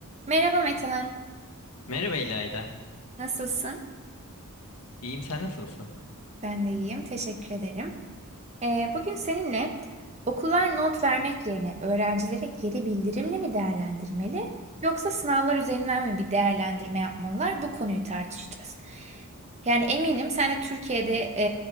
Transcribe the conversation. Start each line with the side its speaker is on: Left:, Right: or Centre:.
Right: Merhaba Metehan,
Left: Merhaba İlayda.
Right: nasılsın?
Left: İyiyim sen nasılsın?
Right: Ben de iyiyim, teşekkür ederim. Ee, bugün seninle okullar not vermek yerine öğrencilere geri bildirimle mi değerlendirmeli yoksa sınavlar üzerinden mi bir değerlendirme yapmalılar? Bu konuyu tartışacağız. Yani eminim sen de Türkiye'de e,